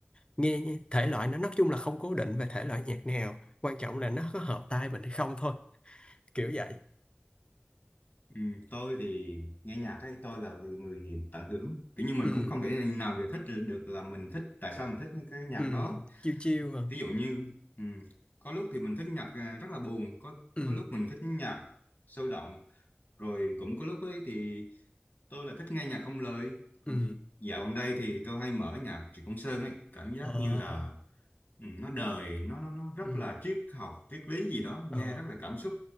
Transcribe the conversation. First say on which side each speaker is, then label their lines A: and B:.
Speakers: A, on the left; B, on the left.
A: nghe nha thể loại nó nói chung là không cố định về thể loại nhạc nào quan trọng là nó có hợp tai mình hay không thôi kiểu vậy
B: Ừ, tôi thì nghe nhạc ấy tôi là người, người tận hưởng kiểu như mình
A: ừ
B: cũng không thể nào giải thích được là mình thích tại sao mình thích những cái nhạc
A: ừ
B: đó
A: chiêu chiêu hả
B: ví dụ như ừ, có lúc thì mình thích nhạc à, rất là buồn có
A: ừ
B: có lúc mình thích nhạc sôi động rồi cũng có lúc ấy thì tôi là thích nghe nhạc không lời còn
A: ừ
B: dạo gần đây thì tôi hay mở nhạc Trịnh Công Sơn ấy cảm giác
A: ờ
B: như là ừ, nó đời nó nó nó rất
A: ừ
B: là triết học triết lý gì đó
A: ờ
B: nghe rất là cảm xúc